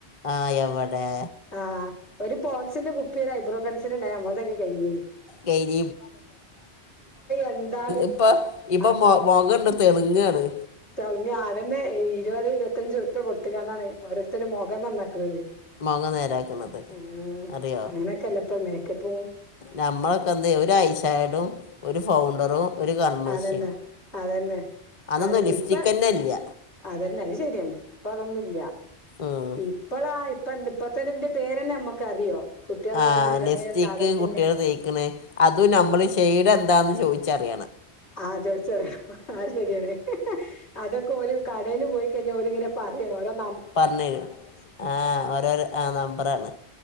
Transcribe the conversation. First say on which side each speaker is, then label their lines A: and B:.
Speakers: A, on the left; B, on the left.
A: ആ എവടെ
B: ആഹ് ഒരു പോൺസിന്റെ കുപ്പി ഒരു ഐബ്രോ പെൻ സില് ഇണ്ടായ നമ്മൾ തൊക്കെ കഴിഞ്ഞീനി
A: കഴിഞ്ഞ
B: എന്താണ്
A: ഇപ്പൊ ഇപ്പൊ
B: ആഹ്
A: മൊഖണ്ട് തെള്ങ്ങാ ണ്
B: തെളങ്ങ അതന്നെ ഇരുപത് ഇരുപത്തഞ്ച് ഉറുപിയ കൊടുത്തക്കാണ്ടാണ് ഓരോരുത്തരു മൊഖം നന്നാക്കണത്.
A: മൊഖം നേരാക്കണത്
B: ആഹ്
A: അറിയോ
B: അങ്ങനെയൊക്കെല്ല ഇപ്പൊ മേക്കപ്പും
A: നമ്മളൊക്കെ എന്ത് ഒരു ഐശാടും ഒരു ഫൗണ്ടറും ഒരു കൺമശിയും
B: അതെന്നെ അതെന്നെ
A: അതൊന്നും
B: അതെന്നിട്ട്
A: ലിപ്സ്റ്റിക്
B: ഇപ്പ
A: തന്നെ ഇല്ല
B: അതെന്നെ അത് ശരിയാണ് ഇപ്പ അതൊന്നുല്ല
A: ഉം.
B: ഇപ്പള ആഹ് ഇപ്പ ഇപ്പത്തെ നിന്റെ പേരെന്നെ നമ്മക്ക് അറിയോ? കുട്ടികളോരോന്ന്
A: ആഹ്
B: ഇടണ
A: ലിപ്സ്റ്റിക്ക്
B: സാധനത്തിന്റെ
A: കുട്ടികൾ തേക്കണ് അതും നമ്മള് ഷെയ്ഡ് എന്താന്ന് ചോദിച്ചറി
B: ആഹ് ചോദിച്ചറിയണം അത് ശരിയാണ് അതൊക്കെ ഓര് കടേല് പോയി ക്കയിഞ്ഞാൽ ഓലിങ്ങനെ പറയണ് <unintelligible>
A: പറഞ്ഞു തരും ആഹ് ഓരോരു ആ നമ്പറാണ്.